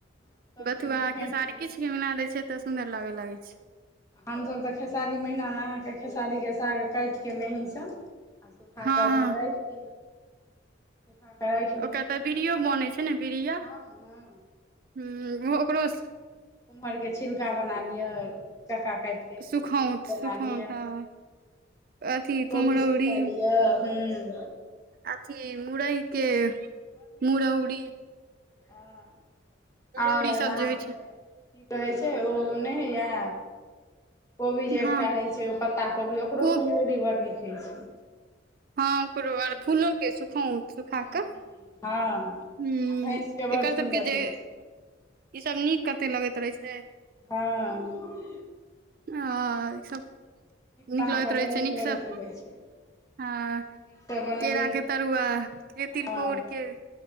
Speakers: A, on the left; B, on the right.
A: सभचीज
B: बथुआ
A: फेँट
B: के साड़ी
A: दियौ
B: किछु भी मिला दैय छै तऽ सुन्दर लाग लागै छै
A: हमसभ तऽ खेसारी महिनामे अहाँके खेसारीके साग काइट कऽ मेहींसँ आ सुखा
B: हँ
A: के अहिना
B: हँ
A: राइख दियौ <unintelligible> <inaudible>
B: ओकर तऽ बीड़ियो बनै छै ने
A: हँ
B: बीड़िया
A: हँ
B: ह ओ ओकरो
A: कुमहरके छिलका बना लिअ चक्का काईटके
B: सुखौंत
A: कुम्हरौरी
B: सुखौंत
A: बना लिअ
B: हँ अथी कुम्हरौरी
A: कोभी सुखा लिअ हुॅं
B: अथी मुड़ै के मुरौड़ी
A: ह
B: मुरौरी
A: आओर
B: सब
A: अहाँके
B: जे होइ छै
A: की कहै छै ओ नै हौयऽ कोबी जे
B: हँ
A: एकटा होय छै ओ पत्ता कोबी ओकरो
B: खूब
A: कुम्हरौरी बड़ नीक होय छै
B: हँ ओकरो
A: भैंसके
B: आर फूलोके सुखौत सुखा
A: हँ
B: कऽ
A: हँ
B: हूँ
A: आ भैंसके बड़
B: एकर
A: सुन्दर
B: सबके जे
A: भैंस
B: ई सब नीक कते लगैत रहै छै
A: हँ
B: ह ईसभ नीक
A: तऽ अहाँके
B: लगैत
A: बड़
B: रहै
A: नीक
B: छै नीकसँ
A: लगैत रहै छै
B: हँ
A: नीकसँ बनबियौ
B: केराक के तरुआ के तिलकोर
A: हँ
B: के